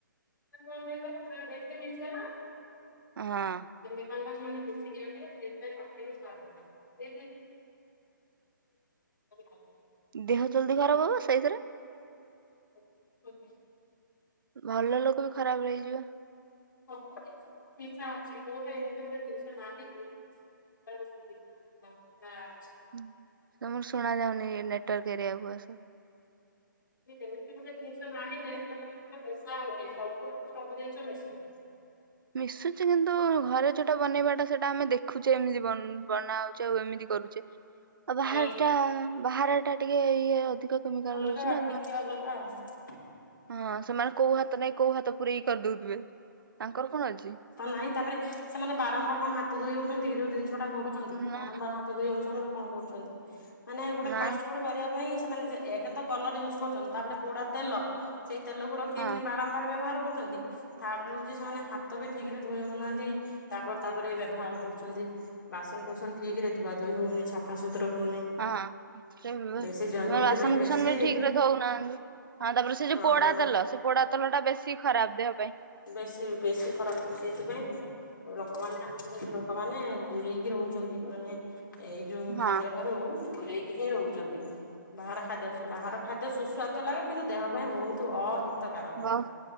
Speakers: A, on the left (about 65°); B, on the right (about 80°).
A: <unintelligible> ବେଶୀ ନିଶା ନା।
B: ହଁ।
A: <unintelligible> ସେମାନେ ବେଶୀ ଦିଅନ୍ତି ସେଥିପାଇଁ ପାଟିକୁ ସୁଆଦ ଲାଗେ। <unintelligible>
B: ଦେହ ଜଲଦି ଖରାପ ହବ ସେଇଥିରେ।
A: <unintelligible>
B: ଭଲ ଲୋକ ବି ଖରାପ ରହିଯିବେ।
A: ସବୁ ଜିନିଷ ନିଶା ଅଛି କଉଠେ ଏମିତି ଗୋଟେ ଜିନିଷ ନାହିଁ ଯେ ଲଙ୍କା।
B: ହଁ ତମର ଶୁଣା ଯାଉନି ନେଟୱାର୍କ ଏରିଆକୁ ଆସ।
A: ଏମିତି ଗୋଟେ ଜିନିଷ ନାହିଁ ଯେ ଯଉଥିରେ ମିଶା ହଉନି ସବୁ ଜିନିଷ ମିଶୁ
B: ମିଶୁଛି କିନ୍ତୁ ଘରେ ଯୋଉଟା ବନେଇବାଟା ସେଟା ଆମେ ଦେଖୁଛେ ଏମିତି ବନ ବନାହ ଆଉ ଏମିତି କରୁଛେ ଆଉ ବାହାର
A: ହୁଁ,
B: ଟା ବାହାର ଟା ଟିକେ ଇଏ ଅଧିକ। କେମିକାଲ
A: ଅଲଗା
B: ରହୁଛି ନା
A: ଟିକେ ଅଲଗା ଆଉ।
B: ହଁ ସେମାନେ କୋଉ ହାତ ନାଇଁ କୋଉ ହାତ ପୁରେଇକି କରିଦଉଥିବେ ତାଙ୍କର କଣ ଅଛି।
A: ନହିଁ ତାପରେ ସେମାନେ ବାରମ୍ବାର କଣ ହାତ ଧୋଇ ହଉଛନ୍ତି କି ଯୋଉ ଜିନିଷଟା କରୁଚନ୍ତି
B: ନା
A: ବାରମ୍ବାର ହାତ ଧୋଇ ହଉଛନ୍ତି ନା କଣ କରୁଛନ୍ତି ମାନେ ଗୋଟେ
B: ନାଇଁ
A: ଫାଷ୍ଟ ଫୁଡ୍ କରିବା ପାଇଁ ସେମାନେ ଯେ ଏକ ତ କଲର ୟୁଜ କରୁଚନ୍ତି ତା ପରେ ପୋଡା ତେଲ ସେ ତେଲ କୁ ରଖିକି
B: ହଁ
A: ପୁଣି ବାରମ୍ବାର ବ୍ୟବହାର କରୁଛନ୍ତି। ଥାର୍ଡ ରେ ହଉଛି ସେମାନେ ହାତ ବି ଠିକ ରେ ଧୋଇ ହଉନାହାନ୍ତି ତାପରେ ତାପରେ ବ୍ୟବହାର କରୁଛନ୍ତି। ବାସନ କୁସନ ଠିକ ରେ ଧୁଆ ଧୋଇ ହଉନି ସଫା ସୁତୁର ହଉନି।
B: ହଁ
A: ବେଶୀ ଯ ଯୋଉଥିପାଇଁ
B: ବାସନକୁସନ
A: ବେଶୀ
B: ବି ଠିକ ରେ ଧଉନାହାନ୍ତି। ହଁ ତାପରେ ସେ
A: ହଁ
B: ଯୋଉ ପୋଡା
A: ରୋଗ
B: ତେଲ ସେ ପୋଡା ତେଲ ଟା ବେଶୀ ଖରାପ ଦେହ ପାଇଁ।
A: ବେଶୀ ବେଶୀ ଖରାପ ହଉ ସେଇଥିପାଇଁ ଲୋକମାନେ ଆଜିକାଲି ଲୋକମାନେ ଦୂରେଇକି ରହୁଛନ୍ତି ମାନେ ଏଇ ଯୋଉ
B: ହଁ
A: ଖାଦ୍ୟ ଠାରୁ ଦୂରେଇକି ହିଁ ରହୁଚନ୍ତି। ବାହାର ଖାଦ୍ୟ ସୁ ବାହାର ଖାଦ୍ୟ ସୁସ୍ୱାଦ ଲାଗେ କିନ୍ତୁ ଦେହ ପାଇଁ ବହୁତ ଅହିତକାରକ।
B: ବହୁ